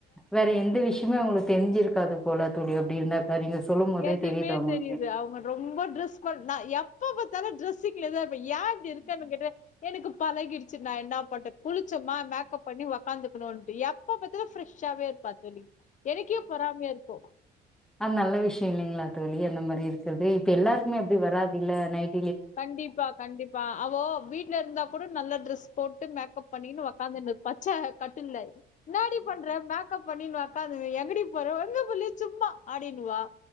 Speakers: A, in the centre; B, on the left.
A: வேறெந்த விஷயமே அவங்ளுக்கு தெரிஞ்சிருக்காது போல தோழி அப்டி இருந்தாக்கா நீங்க சொல்லும் போதே
B: எதுமே
A: அவங்களுக்கு
B: தெரியுது அவங்க ரொம்ப ட்ரெஸ் பண் நா எப் ப பாத்தாலு டிரெஸ்ஸிங்லதா இருப் ப ஏ இப்டி இருக்கன்னு கேட்ட எனக்கு பழகிடுச்சி நா என்னா பண்றது குளிச்சமா மேக்கப் பண்ணி ஒக்காந்துகுணுன்ட்டு எப்ப பாத்தாலு ஃபிரஸ் ஷாவே இருப்பா தோழி எனக்கே பொறாமையா இருக்கு
A: ஆம் நல்ல விஷ்ய இல்லைங்களா தோழி அந்த மாரி இருக்கறது இப்ப எல்லாருக்குமே அப்டி வராதுல்ல நைட்
B: கண்டிப்பா கண்டிப்பா அவோ வீட்ல இருந்தா கூட நல்லா ட்ரெஸ் போட்டு மேக்கப் பண்ணின்னு ஒக்காந்துனிப்பா சேர் கட்டுல என்னாடி பண்ற மேக்கப் பண்ணினு ஒ ன்னாது எங்கடி போற எங்கு போலயே சும்மா அப்டின்னுவா